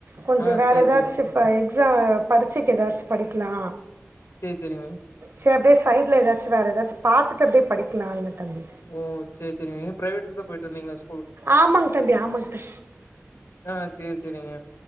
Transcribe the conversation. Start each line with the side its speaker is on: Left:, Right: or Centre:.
Right: கொஞ்சோ
Left: ஆ
Right: வேற
Left: சரி,
Right: எதாச்சி
Left: சரிங்க.
Right: இப்ப எக்ஸா பரிச்சைக்கு எதாச்சு படிக்கலா
Left: சேர் சேரிங்க
Right: சேர் அப்டியே சைடுல எதாச்சு வேற எதாச்சு பாத்துட்டு அப்டே படிக்கலா இல்ல தம்பி
Left: ஓ சேர் சேரிங்க நீங்க பிரைவேட்டுக்கு தா போயிட்டிருந்தீங்களா ஸ்
Right: ஆமாங் தம்பி ஆமாங் தா
Left: ஆ சரி, சரிங்க.